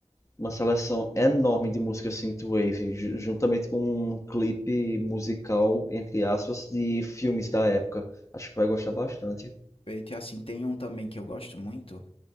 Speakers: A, on the left; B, on the left.
A: uma seleção enorme de música synthwave, ju- juntamente com um clipe musical, entre aspas, de filmes da época. Acho que tu vai gostar bastante.
B: E assim, tem um também que eu gosto muito,